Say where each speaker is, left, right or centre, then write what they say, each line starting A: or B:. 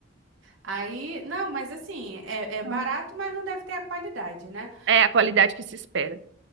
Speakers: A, on the right; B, on the right.
A: Aí, não, mas assim, é, é barato,
B: Aham.
A: mas não deve ter a qualidade, né?
B: É a qualidade que se espera.